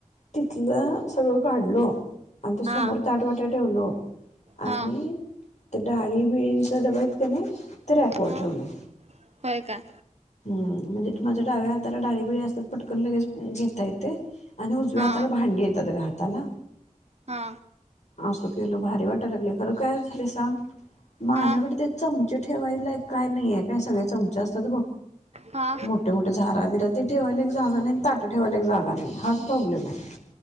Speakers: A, on the left; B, on the right.
A: तिथलं सगळं काढलो, आणि ते समोर
B: हा
A: ताटवाट्या ठेवलो आणि
B: हा
A: त्या डाळीबिळींचा डबे आहेत कणी ते रॅकवर
B: हा
A: ठेवलो.
B: होय काय?
A: हम्म, म्हणजे माझ्या डाव्या हाताला डाळीबिळी असतात पटकन लगेच घेता येतेय आणि उजव्या
B: हा
A: हाताला भांडी येतात ग हाताला
B: हा
A: अस केलो भारी वाटा लागलय खरं काय एक झाले सांग माझ्याकडे
B: हा
A: ते चमचे ठेवायला एक काय नाही आहे काय, सगळे चमचे असतात बघ,
B: हा
A: मोठे मोठे झााराबिरा ते ठेवायला एक जागा नाही आणि ताटं ठेवायला एक जागा नाही हाच प्रॉब्लेम आहे